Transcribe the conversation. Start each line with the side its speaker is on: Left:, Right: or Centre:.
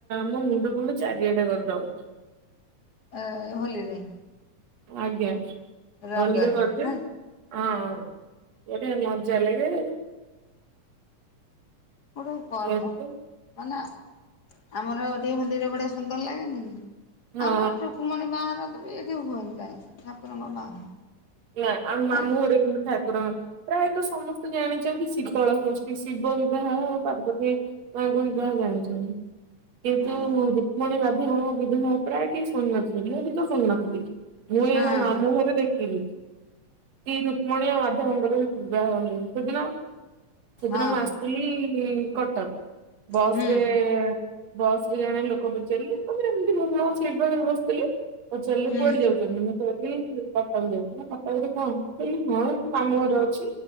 Right: ମୋ ମୁଣ୍ଡକୁଣ୍ଡେ ଚାରିଆ ଟା କରିଦଉ
Left: ଅ ହୋଲିରେ
Right: ଆଜ୍ଞାା
Left: ରଙ୍ଗରେ
Right: ଭଲରେ କରଛେ
Left: ନା
Right: ହଁ ଗୋଟେ ମଜା ଲାଗେ।
Left: ଗୋଟେ ପର୍ବ
Right: ଏମିତି
Left: ମାନେ ଆମର ଟିକେ ହୋଲିରେ ବଢ଼ିଆ ସୁନ୍ଦର ଲାଗେନି କି?
Right: ହଁ
Left: ଆମର ରୁକ୍ମିଣୀ ବାହାଘର ତ ବି ଏଇଠି ହୁଏନି କାହିଁ। ଠାକୁରଙ୍କ ବାହାଘର।
Right: ନା ଆମ ମାମୁଁ
Left: ଏ
Right: ଘରେ କିନ୍ତୁ ଠାକୁରଙ୍କର, ପ୍ରାୟତଃ ସମସ୍ତେ ଜାଣିଛନ୍ତି ଶୀତଳ ଷଷ୍ଠୀ ଶିବ ବିବାହ ପାର୍ବତୀ ମାଆଙ୍କ ବିବାହ ଜାଣିଛନ୍ତି। କିନ୍ତୁ
Left: ହଁ
Right: ରୁକ୍ମିଣୀ ମାଧିବ ଙ୍କ ବିବାହ ପ୍ରାୟ କେହି ଶୁଣି ନଥିବେ। ମୁଁ ବି ତ ଶୁଣ ନଥିଲି, ମୁଁ ଏ
Left: ହଁ
Right: ମୋ ମାମୁଁ ଘରେ ଦେଖିଲି। କି ରୁକ୍ମଣୀ ଆଉ ମାଧବଙ୍କର ବିବାହ ହୁଏ। ସେଦିନ ସେଦିନ
Left: ହଁ
Right: ମୁଁ ଆସି ସୁଥିଲି କଟକ। ବସ୍
Left: ହୁଁ
Right: ରେ ବସ ରେ ଜଣେ ଲୋକ ପଚାରିଲେ, ମେ ଏମିତି ମୋ ସିଟ୍ ପାଖରେ ବସିଥିଲେ। ପଚାରିଲେ
Left: ହୁଁ
Right: କୁଆଡ଼େ ଯାଉଛ? ମୁଁ କହିଲି କଟକ ଯାଉଛି। କଟକରେ କଣ? ମୁଁ କହିଲି ହଁ ମାମୁଁ ଘର ଅଛି।